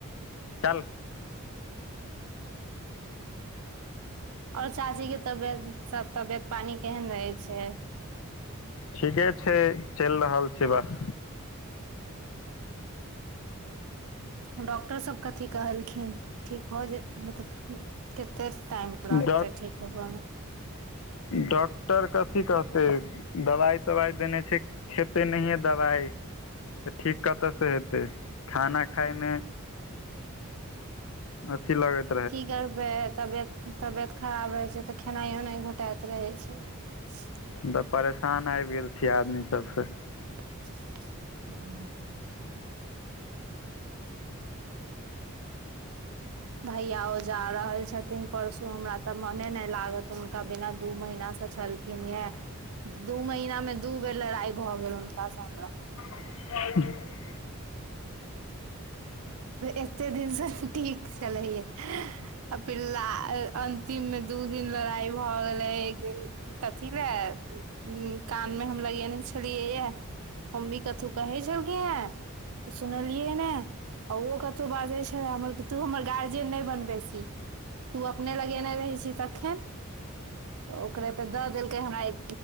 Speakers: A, on the left; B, on the right.
A: चल।
B: और चाची कऽ तबियत, सब तबियत पानी केहन रहे छै?
A: ठीके छै चलि रहल छै बस
B: डॉक्टर सब कथी कहलखिन ठीक भ जे मतलब कते टाइम लगते
A: डॉ
B: ठीक होबमे
A: डॉक्टर कथी कहतै दवाइ तवाइ देने छै खेते नहि दबाइ तऽ ठीक कतऽसँ हेतै खाना खाइमे अथि लागत
B: की करबै तबियत तबियत खराब रहे छै तऽ खेनाइ उनाई घोटाइत रहै छै <unintelligible>
A: हम तऽ परेशान आबि गेल छीियै आदमी सबसँ
B: <unintelligible> भईया आओ जा रहल छथिन परसू हमरा तऽ मने नहि लागत हुनका बिना दू महीना से छलखिन ये दू महिीना मे दू बेर लड़ाइ भऽ गेल हुनकास सऽ हमरा
A: <unintelligible>
B: एतेक दिनसँ ठीक छलैय फिर ला अन्तिम मे दू दिन लड़ाइ भऽ गेलै एक दिन कथी लए कान मऽ हम लगेने छलियै य मम्मी कथू कहे झलखिन हैं सुनलियै ने आ ओ कतहु बाजै छै हमर तू हमर गजियन ने बन बेसी तु अपने लगेने रहे छिही तखेन ओकरे पे दऽ देलकै हमरा एक